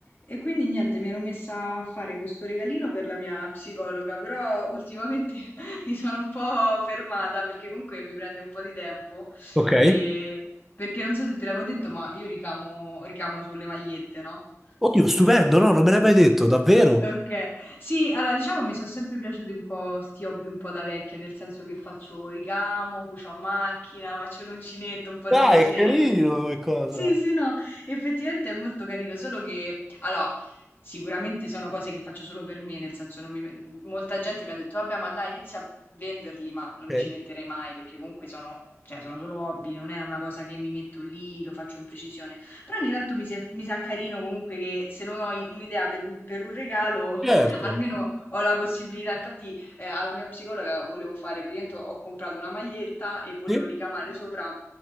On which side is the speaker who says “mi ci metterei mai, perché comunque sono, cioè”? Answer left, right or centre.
Left